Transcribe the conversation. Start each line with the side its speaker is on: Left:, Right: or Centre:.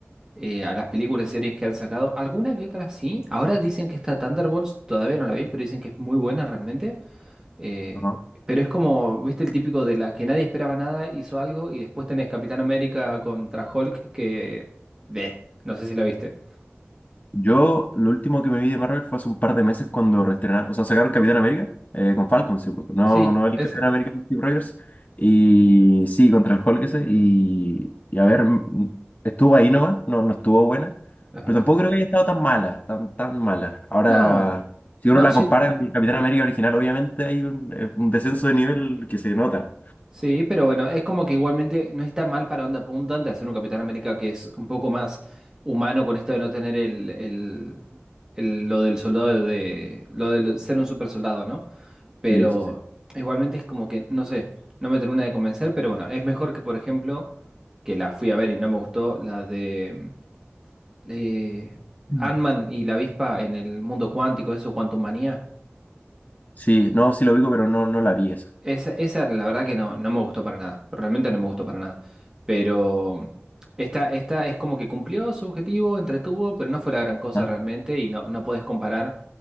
Right: eh, a las películas y series que han sacado. Alguna que otra sí. Ahora dicen que está Thunderbolts, todavía no la vi, pero dicen que es muy buena realmente. Eh,
Left: ajá.
Right: pero es como, viste, el típico de la que nadie esperaba nada, hizo algo y después tenés Capitán América contra Hulk que... de, no sé si la viste.
Left: Yo, lo último que me vi de Marvel fue hace un par de meses cuando reestrenaron, o sea, sacaron Capitán América eh, con Falcon, sí, pues, no,
Right: Sí,
Left: no el
Right: esa.
Left: Capitán América de Steve Rogers, y sí, contra el Hulk ese, y, y a ver, m- m- estuvo ahí nomás, no, no estuvo buena,
Right: Es
Left: pero
Right: verdad.
Left: tampoco creo que haya estado tan mala, tan, tan mala. Ahora,
Right: No,
Left: si uno
Right: no,
Left: la
Right: sí,
Left: compara con el Capitán América original, obviamente hay un, eh, un descenso de nivel que se nota.
Right: sí, pero bueno, es como que igualmente no está mal para dónde apuntan de hacer un Capitán América que es un poco más humano con esto de no tener el, el- el- lo del soldado de, lo del ser un super soldado, ¿no? Pero
Left: Sí, sí, sí. Sí,
Right: igualmente es como que, no sé, no me termina de convencer, pero bueno, es mejor que, por ejemplo, que la fui a ver y no me gustó, la de eh,
Left: Mm.
Right: Ant-Man y la avispa en el mundo cuántico, eso, Quantum Manía.
Left: Sí, no, sí lo digo, pero no, no la vi esa.
Right: Esa, esa la verdad que no, no me gustó para nada. Realmente no me gustó para nada. Pero esta, esta es como que cumplió su objetivo, entretuvo, pero no fue la gran cosa
Left: Ah,
Right: realmente. Y no, no podés comparar